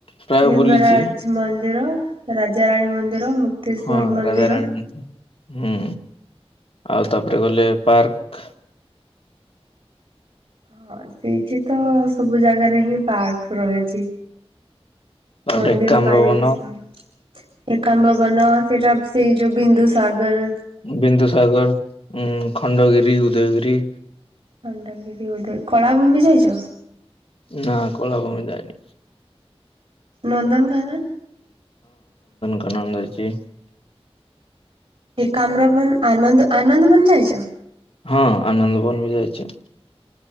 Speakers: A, on the left; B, on the right.
A: ପ୍ରାୟ
B: ଲିଙ୍ଗରାଜ୍
A: ବୁଲିଛି
B: ମନ୍ଦିର, ରାଜାରାଣୀ ମନ୍ଦିର, ମୁକ୍ତେଶ୍ଵର
A: ହଁ
B: ମନ୍ଦିର।
A: ରାଜାରାଣୀ ହୁଁ ଆଉ ତାପରେ ଗଲେ ପାର୍କ।
B: ହଁ ସେଇଠି ତ ସବୁ ଜାଗାରେ ହିଁ ପାର୍କ। ରହିଛି,
A: ତାପରେ
B: ମନ୍ଦିର
A: ଏକାମ୍ର
B: ମାଳିନୀ
A: ବନ
B: ସହର। ଏକାମ୍ରବନ ସେଇଟା ସେଇ ଯୋଉ ବିନ୍ଦୁସାଗର୍
A: ବିନ୍ଦୁସାଗର ଉଁ ଖଣ୍ଡଗିରି ଉଦୟଗିରି।
B: ଖଣ୍ଡଗିରି ଉଦୟ କଳାଭୂମି ଯାଇଛ?
A: ନା କଳାଭୂମି ଯାଇନି।
B: ନନ୍ଦନକାନନ?
A: ନନ୍ଦ ଯାଇଛି।
B: ଏକାମ୍ରବନ୍ ଆନନ୍ଦ୍ ଆନନ୍ଦବନ୍ ଯାଇଛ?
A: ହଁ ଆନନ୍ଦବନ୍ ବି ଯାଇଛି।